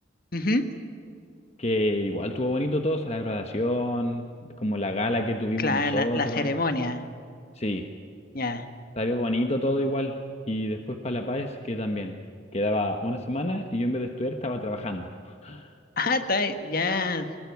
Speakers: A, on the left; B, on the left.
A: Ujú.
B: Que igual estuvo bonito todo, o sea, la graduación, como la gala que tuvimos
A: Claro,
B: nosotros.
A: la, la ceremonia.
B: Sí.
A: Ya. <laughs>
B: Salió bonito todo igual. Y después para La Paz, que también. Quedaba una semana y yo en vez de estudiar estaba trabajando. <gasps>
A: Ah, está, ya.